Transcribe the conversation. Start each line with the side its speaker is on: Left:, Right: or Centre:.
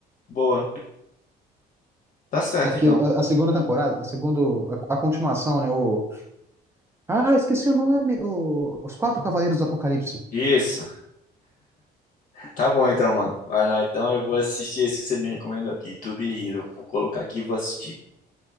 Left: Boa. Tá certo,
Right: Aqui,
Left: então.
Right: a, a segunda temporada, a segunda, a, a continuação, né? O... Ah, esqueci o nome. O... Os Quatro Cavaleiros do Apocalipse.
Left: Isso. Tá bom, então, mano. Vai lá, então. Eu vou assistir esse que você me recomendou aqui. To Be Hero. Vou colocar aqui e vou assistir.